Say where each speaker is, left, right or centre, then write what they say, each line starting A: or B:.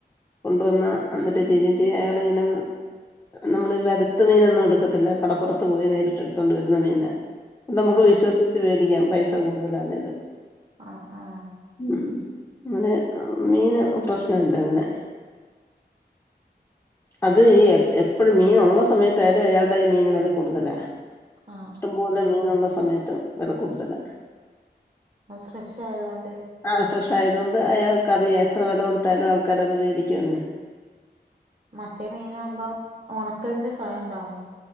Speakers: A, on the left; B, on the right.
A: കൊണ്ടുവന്ന് എന്നിട്ട് തീരി ചെയ്യും അയാള് ങ്ങനെ നമ്മൾ വര- ത്ത് മീനൊന്നും എടുക്കത്തില്ല കടപ്പുറത്ത് പോയി നേരിട്ട് എടുത്തോണ്ട് വരുന്ന മീന നമുക്ക്
B: ആഹ്
A: വിശ്വസിച്ച് മേടിക്കാം പൈസ കൂടുതലാണേലും
B: ആഹ് ആഹ്
A: ഉം അങ്ങനെ മീന് പ്രശ്നല്ല അങ്ങനെ <inaudible> അത് ഈ എപ്പോഴും മീനുള്ള സമയത്തായാലും അയാളുടെ ഈ മീൻ വില കൂടുതലാ
B: ആഹ്
A: ഇഷ്ടം
B: ആഹ്
A: പോലെ മീനുള്ള സമയത്തും വില കൂടുതലാ
B: ആഹ് ഫ്രഷ് ആയതോണ്ട്
A: ആഹ് ഫ്രഷായത് കൊണ്ട് അയാൾക്കറിയ എത്ര വില കൊടുത്താലും ആൾക്കാരത് മേടിക്കും ന്ന്
B: മറ്റേ മീനാവുമ്പോം ഉണക്കലിന്റെ ചൊയ ഉണ്ടാവും